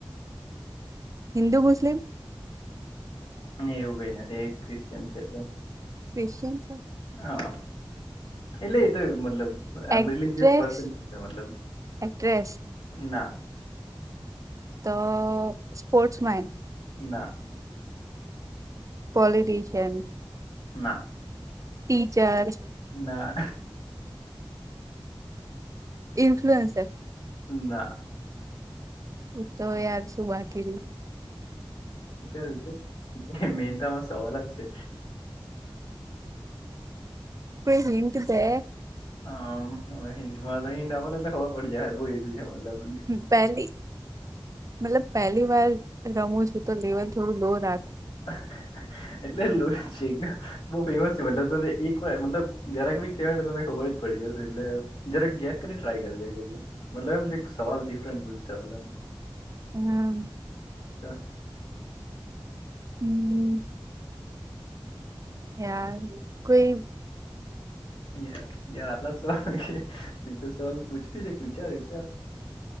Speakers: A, on the right (about 35°); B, on the left (about 70°).
A: હિન્દુ, મુસ્લિમ?
B: નઈ એવું કઈ નથી એ ક્રિશ્ચન છે એટલે.
A: ક્રિશ્ચન
B: હા એટલે એ તો મતલબ I am
A: actress
B: really this person મતલબ
A: એક્ટ્રેસ
B: ના
A: તો સ્પોર્ટ્સ માય
B: ના
A: પોલિટીશિયન
B: ના
A: ટીચર
B: ના
A: ઇફ્લુઅન્સર
B: ના
A: તો યાર શું બાકી રયુ
B: વિચાર વિચાર મેન તો આમાં સવાલ જ છે
A: કોઈ હિન્ટ દે
B: આમ હવે હિલન્ટ
A: પહેલી મતલબ પહેલી વાર રમું છું એ તો લેવલ થોડું લો રાખ
B: હા હા હા એટલેક બહ ફેમસ છે મલબ તને એક વાર મતલબ જરાક ભી કેહેવાયને તને ખબર પ જશે એટલે જય ગેસ કરી ટ્રાય કરે છેજું મતલબ એમ સવાલ ડિફરન્ટવા
A: હમ
B: હ
A: હમ ાર કોઈ
B: યાર યાર આટલા જ સવાલ બીજો સવાલ પૂછતી છે વિચાર વિચાર